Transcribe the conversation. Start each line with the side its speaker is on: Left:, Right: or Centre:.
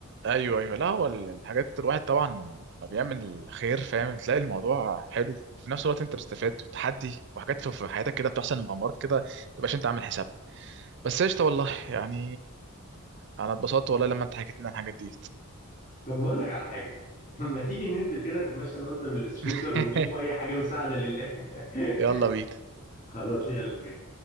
Right: ايوه ايوه لا هو ال- الحاجات الواحد طبعا ما بيعمل خير فاهم تلاقي الموضوع حلو في نفس الوقت انت بتستفاد تحدي وحاجات في في حياتك كده بتحصل مغامرات كده ما تبقاش انت عامل حسابها بس قشطه والله يعني انا اتبسطت والله لما انت حكيت لنا الحاجات دي
Left: طب هقول لك على حاجة لما تيجي ننزل كده نتمشى انا وانت بالسكوتر
Right: <laughs>
Left: ونشوف اي حاجة مساعدة لله <laughs>
Right: يلا بينا
Left: خلاص يلا بينا